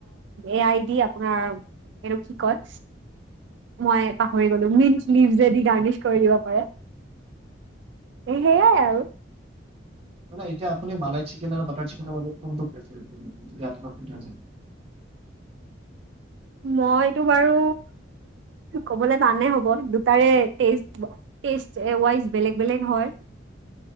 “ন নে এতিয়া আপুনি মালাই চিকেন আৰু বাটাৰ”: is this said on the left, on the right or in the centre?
Right